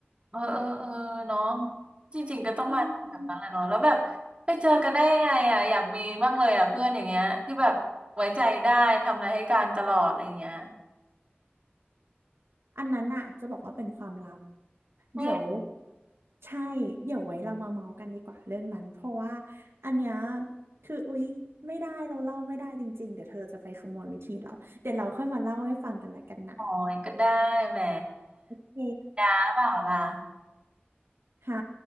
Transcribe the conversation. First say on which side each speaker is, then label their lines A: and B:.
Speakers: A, on the right; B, on the right.
A: เออเออเออเนาะจริงๆก็ต้องมาแบบนั้นแหละเนาะแล้วแบบไปเจอกันได้ยังไงอ่ะอยากมีบ้างเลยอ่ะเพื่อนอย่างเงี้ยที่แบบไว้ใจได้ทำอะไรให้กันตลอดอะไรอย่างเงี้ย
B: อืมอมอันนั้นน่ะจะบอกว่าเป็นความลับ
A: เฮ้ย
B: เดี๋ยวใช่ เดี๋ยวไว้เรามาเมาส์กันดีกว่าเรื่องนั้นเพราะว่าอันเนี้ยคืออุ๊ยไม่ได้เราเล่าไม่ได้จริงๆเดี๋ยวเธอจะไปขโมยวิธีเราเดี๋ยวเราค่อยมาเล่าให้ฟังกันละกันนะ
A: โอ้ยก็ได้แหม
B: โอเค
A: ยาเปล่าล่ะ
B: ฮะ